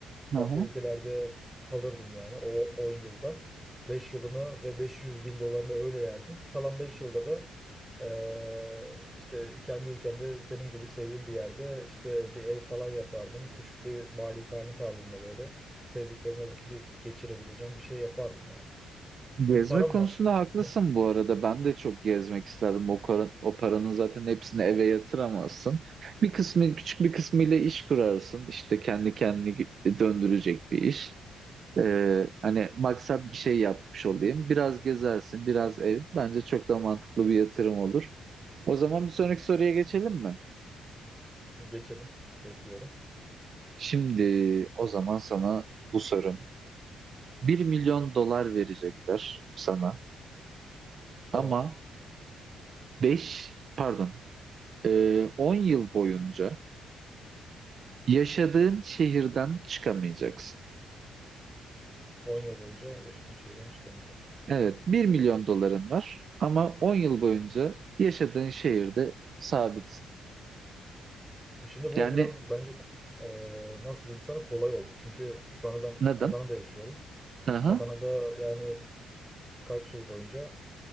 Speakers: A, on the right; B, in the centre.
A: Hı
B: Farklı
A: hı.
B: ülkelerde kalırdım yani o 10 yılda. beş yılını ve 500 bin dolarını öyle yerdim. Kalan 5 yılda da eee, işte kendi ülkemde senin gibi sevdiğim bir yerde işte bir ev falan yapardım. Küçük bir malikane tarzında böyle sevdiklerimle vakit geçirebileceğim bir şey yapardım yani. Çünkü
A: Gezme
B: param
A: konusunda
B: var.
A: haklısın
B: <laughs>
A: bu arada. Ben de çok gezmek isterdim. O, kara- o paranın zaten hepsini eve yatıramazsın. Bir kısmı küçük bir kısmıyla iş kurarsın. İşte kendi kendini döndürecek bir iş. Ee, hani maksat bir şey yapmış olayım. Biraz gezersin, biraz ev. Bence çok da mantıklı bir yatırım olur. O zaman bir sonraki soruya geçelim mi?
B: Geçelim. Bekliyorum.
A: Şimdi o zaman sana bu sorum. Bir milyon dolar verecekler sana
B: Tamam.
A: ama 5, pardon e, 10 yıl boyunca yaşadığın şehirden çıkamayacaksın.
B: 10 yıl boyunca yaşadığım şehirden çıkamayacağım.
A: Evet bir milyon doların var ama 10 yıl boyunca yaşadığın şehirde sabitsin.
B: Şimdi bu
A: Yani
B: biraz bence e, nasıl diyeyim sana kolay oldu. Çünkü şu anda ben
A: neden?
B: Adana'da yaşıyorum.
A: Aha.
B: Adana'da yani kaç yıl boyunca?